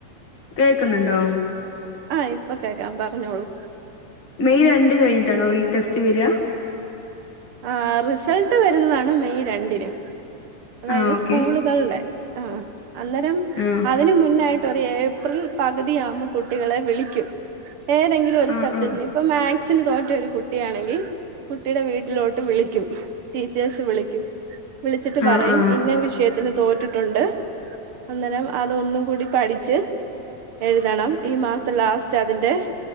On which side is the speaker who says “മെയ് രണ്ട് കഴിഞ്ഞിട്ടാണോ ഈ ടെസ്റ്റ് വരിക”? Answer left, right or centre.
Left